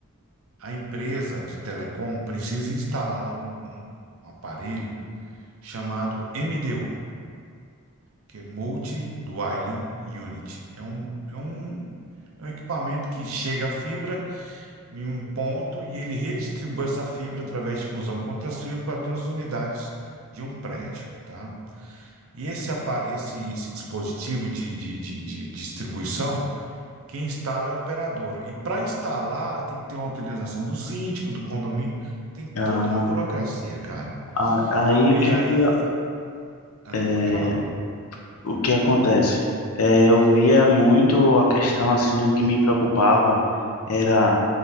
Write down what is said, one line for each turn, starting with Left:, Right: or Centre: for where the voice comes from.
Right: a empresa de telecom precisa instalar lá um, um- um aparelho chamado MDU, que é Multi Dwelling Unit. É um, é um, é um equipamento que chega a fibra em um ponto e ele redistribui essa fibra através de fusão contra as fibras para todas as unidades de um prédio, tá? E esse, apa- esse, esse dispositivo de, de, de, de distribuição, quem instala é a operadora. E para instalar, tem que ter uma autorização do síndico, do condomínio, tem toda
Left: Ah,
Right: uma burocracia, cara.
Left: a- aí
Right: Então,
Left: o
Right: e
Left: que
Right: aí.
Left: que... eu-
Right: Ah,
Left: é,
Right: pode falar.
Left: O que acontece? É, eu via muito a questão assim, o que me preocupava era